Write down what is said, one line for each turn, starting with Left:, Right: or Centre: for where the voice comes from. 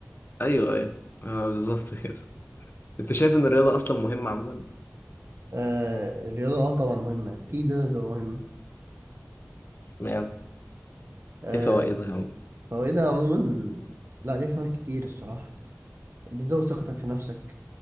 Left: ايوه ايوه آه، بالظبط كده انت شايف ان الرياضه اصلا مهمه عموما
Right: آه الرياضة اه طبعا مهمة أكيد لازم تبقى مهمة
Left: اشمعنى
Right: آه
Left: ايه فوائدها عموما
Right: فوائدها عموما لا ليها فوائد كتير الصراحة بتزود ثقتك في نفسك